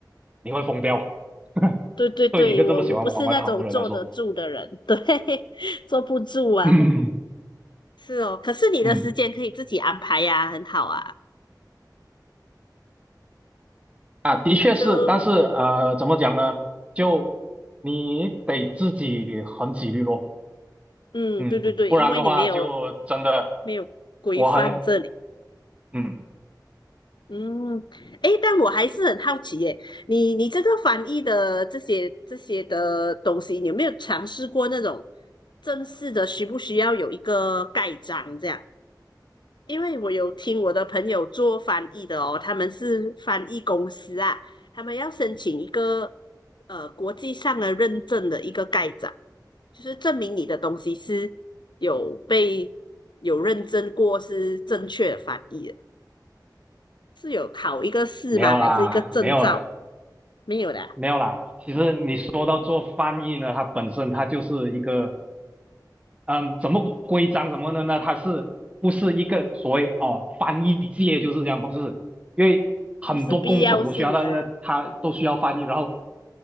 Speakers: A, on the right; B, on the left.
A: 你会疯掉。<laughs>
B: 对对对，
A: 对你一个这么喜欢往外跑的人来说，
B: 我我不是那种坐得住的人，对，<laughs> 坐不住啊。
A: <laughs> 嗯
B: 是哦，可是你的时间可以自己安排呀、
A: 嗯
B: 很好啊。
A: 啊，的确是，
B: 就
A: 但是呃，怎么讲呢？就你得自己很己律咯，
B: 嗯，
A: 嗯，
B: 对对对，
A: 不然的话就真的
B: 因为你没有没有规范这里。
A: 我还嗯
B: 嗯，诶，但我还是很好奇耶，你你这个翻译的这些这些的东西，你有没有尝试过那种正式的，需不需要有一个盖章这样？因为我有听我的朋友做翻译的哦，他们是翻译公司啊，他们要申请一个呃国际上的认证的一个盖章，就是证明你的东西是有被有认证过是正确的翻译的，是有考一个试吗？
A: 没有啦，
B: 还是一个证照？
A: 没有啦，
B: 没有的啊，
A: 没有啦。其实你说到做翻译呢，它本身它就是一个嗯，怎么规章什么的呢？它是不是一个所谓哦翻译界就是这样？不是，因为很多工种都需要它，
B: 不是必要性的啊。
A: 它都需要翻译，然后